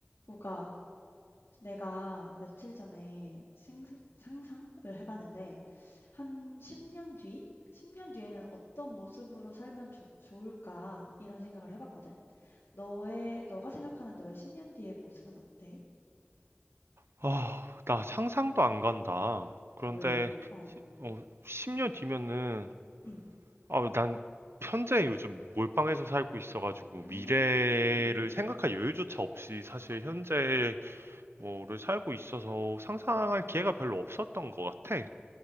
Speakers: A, on the left; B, on the right.
A: 우가, 내가 며칠 전에 생, 상상을 해봤는데, 한 10년 뒤? 10년 뒤에는 어떤 모습으로 살면 좋, 좋을까? 이런 생각을 해봤거든. 너의, 너가 생각하는 너의 10년 뒤의 모습은 어때?
B: 아, 나 상상도 안 간다. 그런데,
A: 왜? 어,
B: 어, 10년 뒤면은,
A: 음,
B: 아, 난 현재 요즘 몰빵해서 살고 있어가지고,
A: 음,
B: 미래를 생각할 여유조차 없이 사실 현재 뭐를 살고 있어서 상상할 기회가 별로 없었던 것 같아.